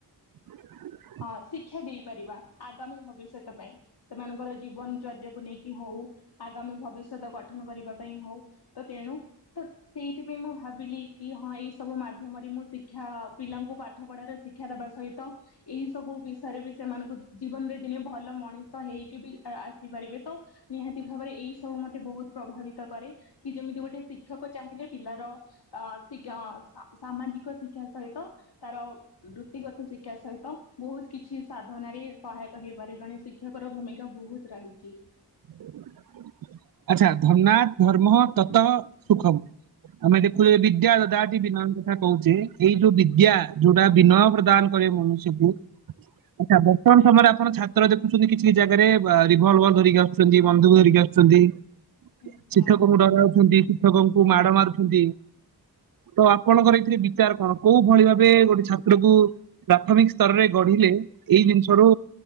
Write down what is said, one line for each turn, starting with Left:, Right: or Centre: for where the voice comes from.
Right: <inaudible>
Left: ହଁ ଶିକ୍ଷା ଦେଇପାରିବା ଆଗାମୀ ଭବିଷ୍ୟତ ପାଇଁ, ସେମାନଙ୍କର ଜୀବନଚର୍ଯକୁ ନେଇକି ହଉ ଆଗାମୀ ଭବିଷ୍ୟତ ଗଠନ କରିବା ପାଇଁ ହଉ ତ ତେଣୁ ତ ସେଇଥିପାଇଁ ମୁଁ ଭାବିଲି କି ହଁ ଏଇ ସବୁ ମାଧ୍ୟମରେ ମୁଁ ଶିକ୍ଷା ପିଲାଙ୍କୁ ପାଠ ପଢାରେ ଶିକ୍ଷା ଦବା ସହିତ ଏଇ ସବୁ ବିଷୟରେ ବି ସେମାନଙ୍କୁ ଜୀବନରେ ଦିନେ ଭଲ ମଣିଷ ହେଇକି ବି ଆସିପାରିବେ ତ ନିହାତି ଭାବରେ ଏଇ ସବୁ ମତେ ବହୁତ ପ୍ରଭାବିତ କରେ, କି ଯେମିତି ଗୋଟେ ଶିକ୍ଷକ ଚାହିଁଲେ ପିଲାର ଅ ଶିକ ସାମାଜିକ ଶିକ୍ଷା ସହିତ ତାର ବୃତ୍ତିଗତ ଶିକ୍ଷା ସହିତ ବହୁତ କିଛି ସାଧନ ରେ ସହାୟକ ହେଇପାରେ, ଜଣେ ଶିକ୍ଷକ ର ଭୂମିକା ବହୁତ ରହିଛି
Right: <inaudible> ଆଚ୍ଛା ଧର୍ନା ଧର୍ମ ତତ ସୁଖମ ଆମେ ଦେଖୁଛେ ବି ଯା ଦାଟି ବି ନା କ କହୁଛେ ଏଇ ଯୋଉ ବିଦ୍ୟା ଯୋଉଟା ବିନୟ ପ୍ରଦାନ କରେ ମନୁଷ୍ୟକୁ ଆଚ୍ଛା ବର୍ତ୍ତମାନ ସମୟରେ ଆପଣ ଛାତ୍ର ଦେଖୁଛନ୍ତି, କିଛି କି ଜାଗାରେ ରିଭଲଭର ଧରିକି ଆସୁଛନ୍ତି ବନ୍ଧକୁ ଧରିକି ଆସୁଛନ୍ତି
Left: ଆଚ୍ଛା।
Right: ଶିକ୍ଷକଙ୍କୁ ଡରାଉଛନ୍ତି ଶିକ୍ଷକଙ୍କୁ ମାଡ ମାରୁଛନ୍ତି ତ ଆପଣଙ୍କର ଏଥିରେ ବିଚାର କଣ କୋଉ ଭଳି ଭାବେ ଗୋଟେ ଛାତ୍ର କ ପ୍ରାଥମିକ ସ୍ତରରେ ଗଢି ଏଇ ଜିନିଷ ରୁ